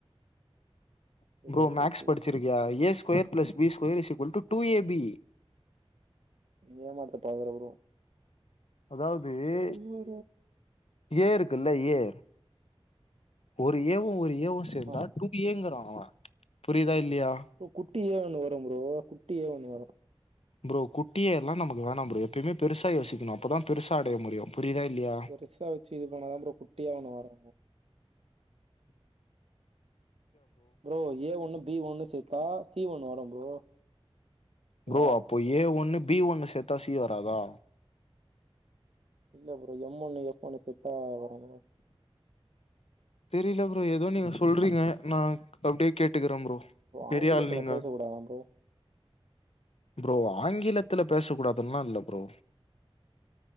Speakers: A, on the right; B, on the left.
A: சரியா
B: ப்ரோ
A: போச்சு
B: மேக்ஸ்
A: ப்ரோ
B: படிச்சிருக்கியா A square plus B square equal to two AB
A: மூணா போட்டா எவ்ளோ ப்ரோ
B: அதாவது
A: வேற
B: ஏ ஏ இருக்குல்ல ஏ ஒரு ஏவு ஒரு ஏவு சேர்ந்தா
A: ஆ
B: டூ டூ ஏங்கற அவன் புரிதா இல்லையா
A: ப்ரோ குட்டி ஏ ஒன்னு வரும் ப்ரோ குட்டி ஏ ஒன்னு வரு
B: ப்ரோ குட்டி ஏ எல்லா நமக்கு வேண ப்ரோ எப்பிமே பெருசா யோசிக்கணு அப்பதா பெருசா அடைய முடியும் புரிதா இல்லையா
A: பெருசா வச்சு இது பண்ணாத ப்ரோ குட்டியா ஒன்னு வரு ப்ரோ ஏ ஒண்ணு பி ஒண்ணு சேர்த்தா சி ஒண்ணு வரும் ப்ரோ ஓகேவா
B: ப்ரோ அப்போ ஏ ஒண்ணு பி ஒண்ணு சேர்த்தா சி வராதா
A: இல்ல ப்ரோ எம் ஒண்ணு ஃப் ஒண்ணு சேத்தா வரு ப்ரோ
B: தெரில ப்ரோ ஏதோ நீங்க சொல்றீங்க நா அப்டியே கேட்டுக்கிற ப்ரோ பெரிய
A: ஆங்கிலத்துல
B: ஆள் நீங்க
A: பேசக்கூடாதாம் ப்ரோ
B: ப்ரோ ஆங்கிலத்துல பேசக் கூடாதுன்ல்லா இல்ல ப்ரோ